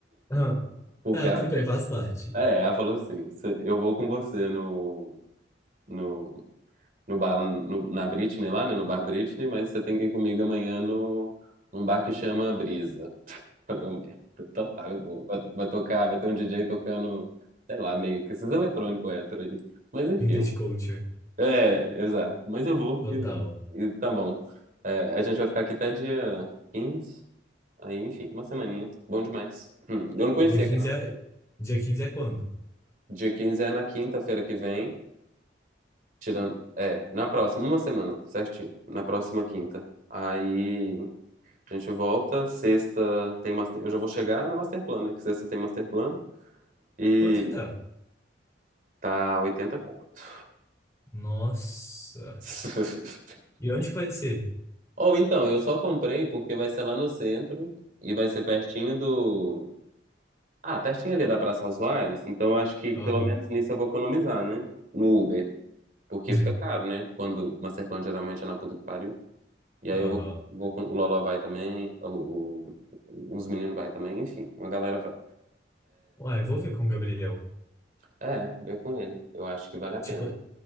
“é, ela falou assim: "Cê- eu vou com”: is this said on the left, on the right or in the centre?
Right